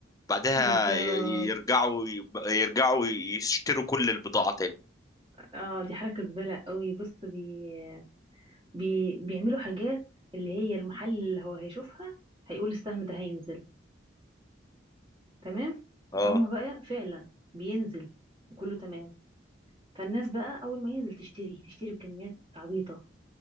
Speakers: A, on the left (about 20°); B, on the right (about 25°).
A: بعدها
B: بالظبط
A: ي- يرجعوا يب- يرجعوا يشتروا كل البضاعة تاني
B: اه دي حركة زبالة قوي بص بي... بي... بيعملوا حاجات اللي هي المحل اللي هو هيشوفها هيقول السهم ده هينزل تمام
A: اه
B: فهم بقى فعلا بينزل وكله تمام فالناس بقى اول ما ينزل تشتري تشتري بكميات عبيطة